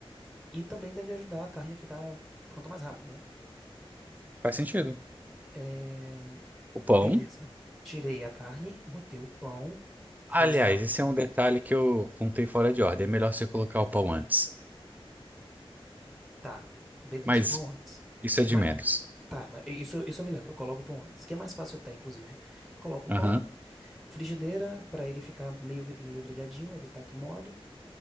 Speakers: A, in the centre; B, on the right.
A: e também deve ajudar a carne a ficar pronta mais rápido, né?
B: Faz sentido.
A: É,
B: O pão.
A: Beleza. Tirei a carne, botei o pão, fiz
B: Aliás,
A: a.
B: esse é um detalhe que eu contei fora de ordem. É melhor você colocar o pão antes.
A: Tá, beleza,
B: Mas
A: o pão antes.
B: isso é de
A: Mas,
B: menos.
A: tá, mas isso, isso eu me lembro, eu coloco o pão antes, que é mais fácil até, inclusive. Coloco
B: Aham.
A: o pão, Frigideira, para ele ficar meio, meio grelhadinho, evitar que mole.